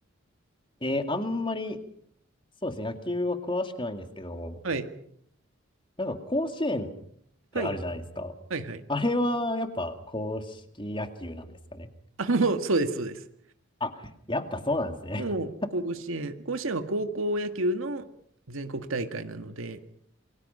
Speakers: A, on the left; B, on the right.
A: えー、あんまり、そうですね、野球は詳しくないんですけど、
B: はい。
A: なんか甲子園っ
B: はい。
A: てあるじゃないですか。
B: はい、はい。
A: あれはやっぱ硬式野球なんですかね。
B: あ、もう、そうです、そうです。
A: あ、やっぱそうなんですね。
B: もう、甲子園。甲子園は高校野球の全国大会なので、